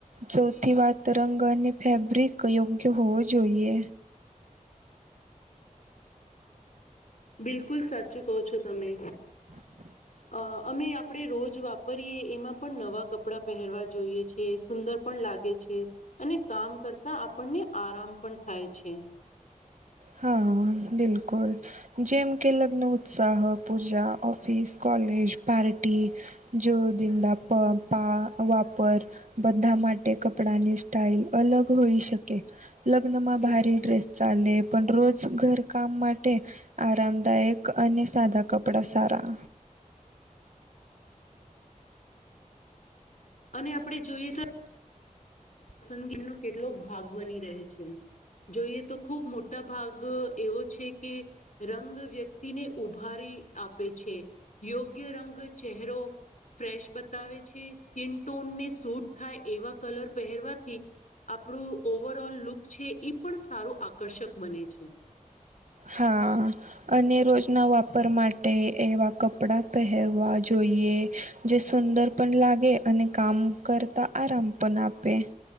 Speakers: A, on the right; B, on the left.
A: સૌથી વાત રંગ અને ફેબ્રિક યોગ્ય હોવો જોઈએ.
B: બિલકુલ સાચું કહો છો તમે
A: હ <unintelligible> <inaudible>
B: અ અમે આપણેે રોજ વાપરીએ એમાં પણ નવા કપડાં પહેરવા જોઈએ છે સુંદર પણ લાગે છે અને કામ કરતા આપણને આરામ પણ થાય છે.
A: હા બિલકુલ જેમ કે લગ્ન ઉત્સાહ, પૂજા, ઓફિસ, કોલેજ, પાર્ટી જ્યો દિનંદ પ પા વાપર બધા માટે કપડાની સ્ટાઈલ અલગ હોઈ શકે. લગ્નમાં
B: બિલકુલ.
A: ભારે ડ્રેસ ચાલે, પણ રોજ ઘર કામ માટે આરામદાયક અને સાદા કપડા સારા
B: અને આપડે જોઈએ તો પસંદગી નુ કેટલોક ભાગ બની રહે છે જોઈએ તો ખુબ મોટો મોટા ભાગ એવો છે કે રંગ વ્યક્તિને ઉભારી આપે છે યોગ્ય રંગ ચહેરો ફ્રેશ બતાવે છે સ્કીન ટોનને સૂટ થાય એવા કલર પહેરવાથી આપણું ઓવરઓલ લુક છે, ઈ પણ સારું આકર્ષક બને છે.
A: હા અને રોજના વાપર માટે એવા કપડા પહેરવા જોઈએ. જે સુંદર પણ લાગે અને કામ કરતા આરામ પણ આપે.